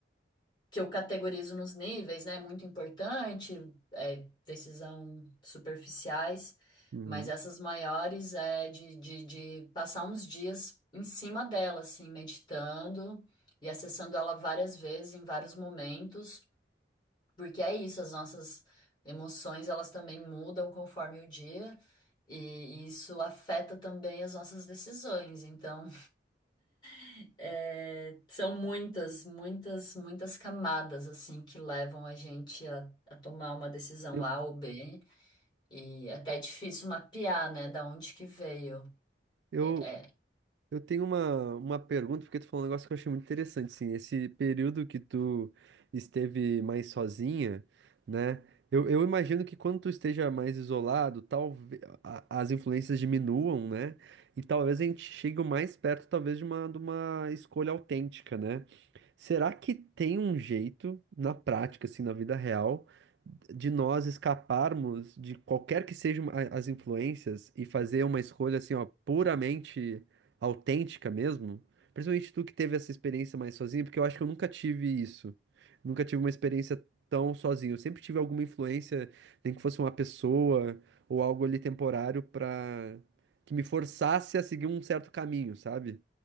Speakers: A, on the left; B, on the right.
A: que eu categorizo nos níveis, né? Muito importante, é, decisão superficiais,
B: Uhum.
A: mas essas maiores é de, de, de passar uns dias em cima dela, assim, meditando e acessando ela várias vezes, em vários momentos. Porque é isso, as nossas emoções, elas também mudam conforme o dia, e isso afeta também as nossas decisões. Então, <laughs> é, são muitas, muitas, muitas camadas, assim, que levam a gente a, a tomar uma decisão
B: Eu,
A: A ou B, e até é difícil mapear, né, da onde que veio.
B: eu,
A: É, é,
B: Eu tenho uma, uma pergunta, porque tu falou um negócio que eu achei muito interessante, assim, esse período que tu esteve mais sozinha, né? Eu, eu imagino que quando tu esteja mais isolado, talvez as influências diminuam, né? E talvez a gente chegue o mais perto, talvez, de uma, de uma escolha autêntica, né? Será que tem um jeito, na prática, assim, na vida real, de nós escaparmos de qualquer que sejam a- as influências e fazer uma escolha, assim, ó, puramente autêntica mesmo? Principalmente tu que teve essa experiência mais sozinho, porque eu acho que eu nunca tive isso. Nunca tive uma experiência tão sozinho. Eu sempre tive alguma influência, nem que fosse uma pessoa ou algo ali temporário pra que me forçasse a seguir um certo caminho, sabe? O